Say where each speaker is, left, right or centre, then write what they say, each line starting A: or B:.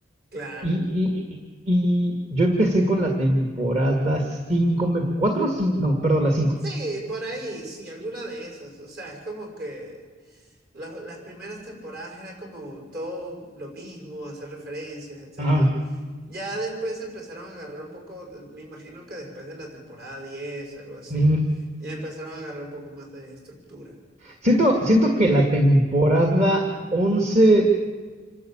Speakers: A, on the right (about 55°); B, on the right (about 35°).
A: claro.
B: Y, y- y- y yo empecé con la temporada 5 me, 4, 5, no, perdón, la cinco
A: Sí, por ahí, sí, alguna de esas. O sea, es como que las, las primeras temporadas era como todo lo mismo, hacer referencias, etcétera.
B: Ajá.
A: Ya después empezaron a agarrar un poco, me imagino que después de la temporada 10, algo así,
B: Mm.
A: ya empezaron a agarrar un poco más de estructura.
B: Siento, siento que la temporada 11